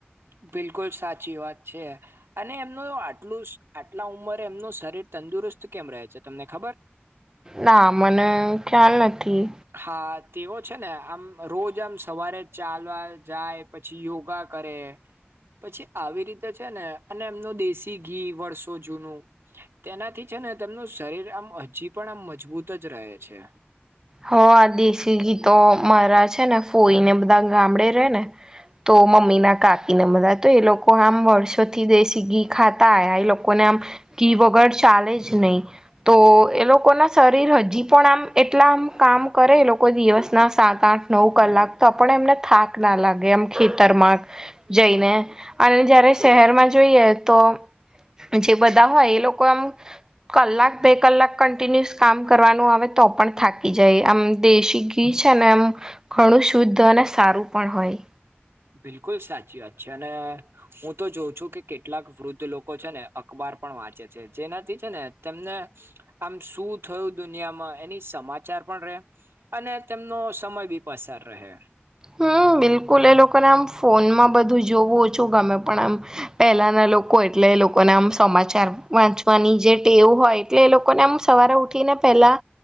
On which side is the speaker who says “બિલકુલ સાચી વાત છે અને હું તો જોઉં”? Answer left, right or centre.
Right